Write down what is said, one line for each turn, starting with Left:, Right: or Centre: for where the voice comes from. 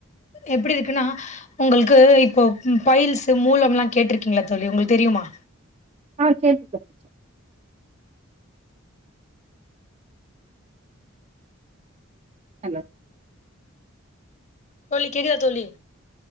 Left: எப்டி இருக்குன்னா உங்களுக்கு இப்போ பைல்ஸ் மூலம்லா கேட்டுருக்கீங்ளா தோழி உங்களுக்கு தெரியுமா
Right: ஆ கேள்விப்பட் அல்ல
Left: தோழி கேக்குதா தோழி